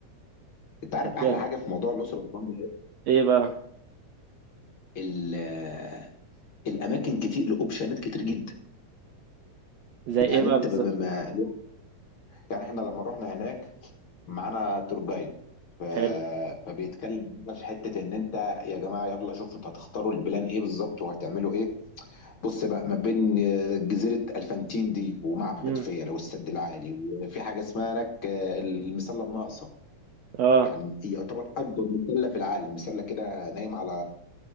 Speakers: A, on the left; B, on the right.
A: انت عارف
B: طب
A: احلى
B: جامد
A: حاجة في موضوع الأسرة والأسوان ده إيه؟
B: ايه بقى
A: ال- آه، الأماكن كتير لأوبشنات كتير جدا
B: زي ايه
A: يعني
B: بقى
A: انت
B: بالظبط
A: ما ما- ما- يعني احنا لما رحنا هناك معانا تور جايد ف...
B: حلو
A: فبيتكلم بقى في حته ان انت يا جماعه يلا شوفوا انتوا هتختاروا البلان ايه بالظبط وهتعملوا ايه بص بقى ما بين آه، جزيره الفانتين دي ومعبد
B: امم
A: فيلا والسد العالي وفي حاجه اسمها هناك آه، المسله الناقصه
B: اه
A: يعني يعتبر اكبر مسله في العالم مسله كده نايمه على